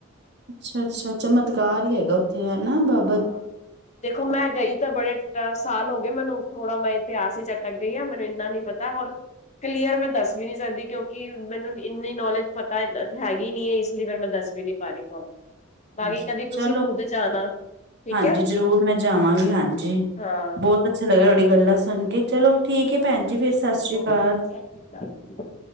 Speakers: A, on the right (about 55°); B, on the left (about 35°).
A: ਅੱਛਾ-ਅੱਛਾ ਚਮਤਕਾਰ ਹੀ ਹੈਗਾ ਉੱਥੇ ਹਨਾ ਬਾ-
B: ਹਾਂ। ਦੇਖੋ ਮੈਂ ਗਈ ਤਾਂ ਬੜੇ ਅਹ ਸਾਲ ਹੋ ਗਏ ਮੈਨੂੰ ਥੋੜਾ ਮੈਂ ਇਤਿਹਾਸ ਚ ਅਟਕ ਗਈ ਆ ਮੈਨੂੰ ਇੰਨਾ ਨੀ ਪਤ- ਤਾ ਹਰ, ਕਲੀਅਰ ਮੈਂ ਦੱਸ ਵੀ ਨਹੀ ਸਕਦੀ ਕਿਉਂਕਿ ਮੈਨੂੰ ਇੰਨੀ ਨੌਲੇਜ ਪਤਾ ਹੈਗੀ ਨਹੀ ਏ ਇਸ ਲਈ ਫੇਰ ਮੈਂ ਦੱਸ ਚੀਨੀ ਪਾ ਦਈ ਬਸ, ਭਾਜੀ
A: ਅੱਛਾ
B: ਕਦੀ ਤੁਸੀਂ
A: ਚਲੋ
B: ਖੁੱਦ ਜਾਣਾ। ਠੀਕ
A: ਹਾਂਜੀ
B: ਹੈ
A: ਜ਼ਰੂਰ ਮੈਂ ਜਾਵਾਂਗੀ ਹਾਂਜੀ,
B: ਹਾਂ
A: ਬੋਤ ਅੱਛਾ ਲੱਗਿਆ ਤੁਹਾਡੀ ਗੱਲਾਂ ਸੁਣ ਕੇ ਚਲੋ। ਠੀਕ ਹੈ ਭੈਣ ਜੀ ਫੇਰ ਸਾਸਰੀਕਾਲ।
B: ਓਕੇ ਸਤਿ ਸ਼੍ਰੀ <inaudible>